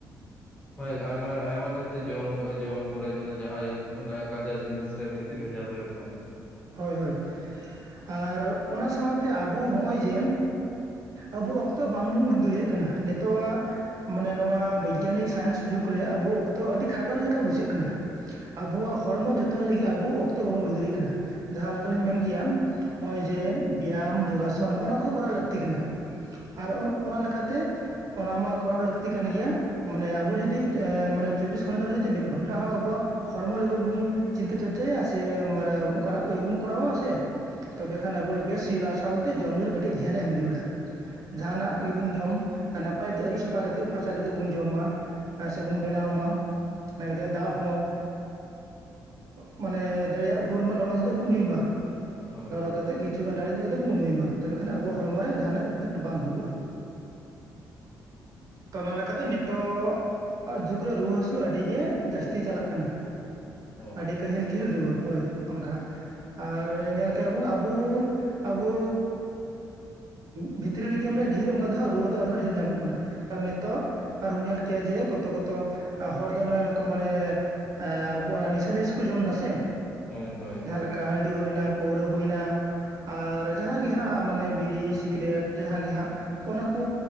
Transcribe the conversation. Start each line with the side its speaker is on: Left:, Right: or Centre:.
Left: ᱦᱳᱭ ᱟᱭᱢᱟ, ᱟᱭᱢᱟ ᱰᱷᱮᱨ ᱡᱚᱢ, ᱡᱚᱢ ᱠᱚᱨᱮ ᱡᱟᱦᱟᱸᱟᱭ ᱠᱟᱡᱟ ᱡᱤᱱᱤᱥ ᱨᱮ ᱵᱮᱥᱤ ᱵᱷᱮᱡᱟᱞ ᱦᱩᱭᱩᱜ ᱠᱟᱱᱟ᱾
Right: ᱦᱳᱭ ᱦᱳᱭ ᱟᱨ ᱚᱱᱟ ᱥᱟᱶᱛᱮ ᱟᱵᱚ ᱦᱚᱜᱼᱚᱭ ᱡᱮ ᱟᱵᱚ ᱚᱠᱛᱚ ᱵᱟᱝᱵᱚᱱ ᱩᱰᱠ ᱫᱟᱲᱮᱭᱟᱜ ᱠᱟᱱᱟ ᱱᱤᱛᱳᱜ-ᱟ ᱢᱟᱱᱮ ᱱᱚᱣᱟ ᱵᱳᱭᱜᱟᱱᱤᱠ ᱥᱟᱭᱮᱱᱥ ᱡᱩᱜᱽ ᱨᱮ ᱟᱵᱚ ᱚᱠᱛᱚ ᱟᱹᱰᱤ ᱠᱷᱟᱴᱚᱱ ᱞᱮᱠᱟ ᱵᱩᱡᱷᱟᱹᱜ ᱠᱟᱱᱟ ᱟᱵᱚᱣᱟᱜ ᱦᱚᱲᱢᱚ ᱡᱚᱛᱚᱱ ᱞᱟᱹᱜᱤᱫ ᱟᱵᱚ ᱚᱠᱛᱚ ᱵᱟᱵᱚᱱ ᱩᱰᱩ ᱫᱟᱲᱮᱭᱟᱜ ᱠᱟᱱᱟ ᱡᱟᱦᱟᱸᱮ ᱞᱮᱠᱟᱞᱤᱧ ᱢᱮᱱ ᱠᱮᱭᱟ ᱱᱚᱜ ᱚᱭ ᱡᱮ ᱵᱮᱭᱟᱢ ᱡᱳᱜᱟᱥᱚᱱ ᱱᱚᱜ ᱱᱚᱣᱟ ᱠᱚ ᱠᱚᱨᱟᱣ ᱞᱟᱹᱠᱛᱤ ᱠᱟᱱᱟ ᱟᱨ ᱚᱱᱟ ᱞᱮᱠᱟᱛᱮ ᱚᱱᱟ ᱢᱟ ᱠᱚᱨᱟᱣ ᱞᱟᱹᱠᱛᱤ ᱠᱟᱱ ᱜᱮᱭᱟ ᱢᱟᱱᱮ ᱟᱵᱚ ᱡᱩᱚᱫᱤ ᱢᱟᱱᱮ ᱪᱚᱵᱽᱵᱤᱥ ᱜᱷᱚᱱᱴᱟ ᱨᱮ ᱡᱩᱫᱤ ᱢᱤᱫ ᱜᱷᱚᱱᱴᱟ ᱦᱚᱸ ᱟᱵᱚᱣᱟᱜ ᱦᱚᱲᱢᱚ ᱞᱮ ᱵ <unintelligible> ᱪᱤᱱᱛ ᱪᱚᱨᱪᱟ ᱥᱮ ᱢᱟᱱᱮ ᱠᱟᱱᱟᱜ ᱭ ᱵᱚᱱ ᱠᱚᱨᱟᱣᱟ ᱥᱮ ᱛᱚᱵᱮ ᱠᱷᱟᱱ ᱵᱚᱞᱮ ᱵᱮᱥ ᱦᱩᱭᱩᱜᱼᱟ ᱟᱨ ᱥᱟᱶᱛᱮ ᱡᱚᱢ ᱧᱩ ᱨᱮ ᱠᱟᱹᱴᱤᱡ ᱫᱷᱮᱭᱟᱱᱮ ᱮᱢ ᱡᱟᱹᱲᱩᱹᱲᱟ ᱡᱟᱦᱟᱱᱟᱜ ᱜᱮᱵᱚᱱ ᱡᱚᱢ ᱱᱟᱯᱟᱭ ᱛᱮ ᱟᱹᱨᱩᱵ ᱥᱟᱯᱷᱟ ᱠᱟᱛᱮᱫ ᱯᱷᱟᱨᱪᱟ ᱠᱟᱛᱮᱫ ᱵᱚᱱ ᱡᱚᱢᱟ ᱟᱨ ᱥᱮᱵᱚᱱ ᱵᱮᱱᱟᱣ ᱢᱟ ᱤᱱᱟ ᱠᱟᱛᱮ ᱫᱟᱜ ᱦᱚᱸ ᱢᱟᱱᱮ ᱫᱟᱲᱮᱭᱟᱜ ᱵᱷᱳᱨ ᱢᱟ ᱞᱚᱞᱚ ᱠᱟᱛᱮ ᱵᱚᱱ ᱧᱩᱭ ᱢᱟ
Left: ᱦᱳᱭ
Right: ᱞᱚᱞᱚ ᱠᱟᱛᱮ ᱠᱤᱪᱷᱩ ᱜᱟᱱ ᱨᱟᱲᱮᱡ ᱧᱚᱜ ᱠᱟᱛᱮ ᱵᱚᱱ ᱧᱩᱭ ᱢᱟ ᱛᱚᱵᱮ ᱠᱷᱟᱱ ᱟᱵᱚ
Left: ᱦᱳᱭ
Right: ᱦᱚᱲᱢᱚ ᱨᱮ ᱡᱟᱦᱟᱱᱟᱜ ᱤᱯᱷᱮᱠᱴ ᱵᱟᱝ ᱦᱩᱭᱩᱜᱼᱟ᱾ ᱛᱚ ᱚᱱᱟ ᱞᱮᱠᱟᱛᱮ ᱱᱤᱛᱚᱜᱼᱜ ᱡᱩᱜᱽᱨᱮ ᱨᱩᱣᱟᱹ ᱦᱟᱹᱥᱩ ᱟᱹᱰᱤᱜᱮ ᱡᱟᱹᱥᱛᱤ ᱪᱟᱞᱟᱜ ᱠᱟᱱᱟ᱾
Left: ᱦᱳᱭ
Right: ᱟᱹᱰᱤ ᱠᱟᱹᱦᱮᱞ ᱠᱷᱮᱞ ᱨᱩᱣᱟᱹ ᱦᱳᱭ ᱚᱱᱠᱟ ᱟᱨ ᱧᱮᱞ ᱠᱮᱜᱟ ᱵᱚᱱ ᱟᱵᱚ ᱟᱵᱚ ᱵᱷᱤᱛᱨᱤ ᱨᱮᱜᱮ ᱢᱟᱱᱮ ᱰᱷᱮᱨ ᱚᱱᱠᱟ ᱫᱚ ᱦᱟᱸᱜ ᱨᱩᱣᱟᱹ ᱫᱚ ᱟᱨᱦᱚᱸ ᱰᱷᱮᱨ ᱧᱟᱢᱚᱜ ᱠᱟᱱᱟ ᱟᱨ ᱱᱤᱛᱚᱜ ᱟᱨᱦᱚᱸ ᱧᱮᱞ ᱠᱮᱭᱟ ᱡᱮ ᱠᱚᱛᱚ ᱠᱚᱛᱚ ᱦᱚᱲ ᱫᱚ ᱢᱟᱱᱮ ᱚᱱᱟ ᱱᱤᱥᱟᱹ ᱡᱤᱱᱤᱥ ᱠᱚ ᱡᱚᱢ ᱮᱫᱟ ᱥᱮ
Left: ᱦᱳᱭ ᱦᱳᱭ
Right: ᱫᱟᱠᱟ ᱦᱟᱺᱰᱤ ᱦᱩᱭᱱᱟ ᱯᱟᱹᱣᱨᱟᱹ ᱦᱩᱭᱱᱟ ᱟᱨ ᱡᱟᱦᱟᱸᱜ ᱜᱮ ᱦᱟᱸᱜ ᱢᱟᱱᱮ ᱵᱤᱲᱤ ᱥᱤᱠᱨᱮᱴ ᱡᱟᱦᱟᱸᱜ ᱜᱮ ᱦᱟᱸᱜ ᱚᱱᱟ ᱠᱚ